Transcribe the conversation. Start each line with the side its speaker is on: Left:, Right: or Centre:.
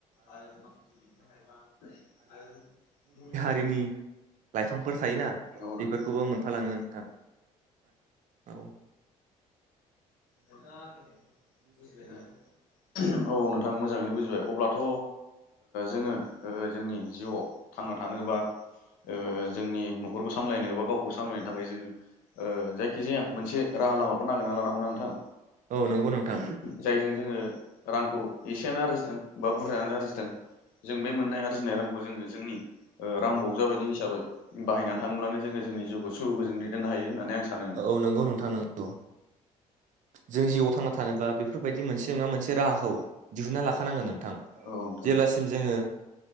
Left: आरो माखासे दंफां लाइफां आरो मुलि
Right: हारिनि
Left: हा
Right: लाइफांफोर थायोना
Left: औ
Right: बेफोरखौबो मोनफालाांगोन नोंथां औ
Left: नोंथाङा आंनि बुंनायखौ बुजिबायना नोंथां औ नोंथां मोजाङैनो बुजिबाय अब्लाथ जोङो जोंनि जिउआव थांना थानोबा जोंनि नखरखौ सामलायनो बा गावखौ सामलायनो थाखाय जोङो जायखिजाया मोनसे राहा लामाखौ नागिरना लानांगौना नोंथां
Right: औ नंगौ नोंथां
Left: जायजों जोङो रांखौ एसेयानो आरजिदों बा बुरजायानो आरजिदों जों बे मोननाय आरजिनाय रांखौ जोङो जोंनि रांबाव हिसाबै बायनानै थाङोब्लानो जोङो जोंनि जिउखौ सुखु गोजोन दैदेननो हायो होननानै आं सानो होनदों
Right: औ नंगौ नोंथां नंगौ जों जिउआव थांना थानोब्ला बेफोरबायदि मोनसे नङा मोनसे राहाखौ दिहुनना लाखानांगोन नोंथां
Left: औ नोंथां
Right: जेलासिम जोङो